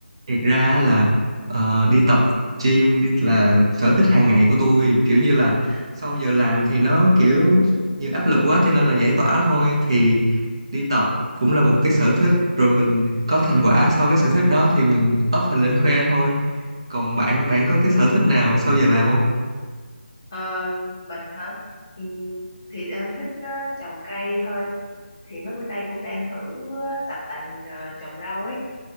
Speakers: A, on the right (about 30°); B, on the left (about 20°).
A: thiệt ra á là ờ, đi tập gym đi là sở thích hàng ngày của tôi kiểu như là sau giờ làm thì nó kiểu như áp lực quá cho nên là giải tỏa thôi thì đi tập cũng là một cái sở thích rồi mình có thành quả sau cái sở thích đó thì mình up hình lên khoe thôi còn bạn bạn có cái sở thích nào sau giờ làm không
B: Ờ, mình hả? Ừ, thì em thích ờ, trồng cây thôi. Thì mấy bữa nay cũng đang thử ờ, tập tành ờ, trồng rau ấy.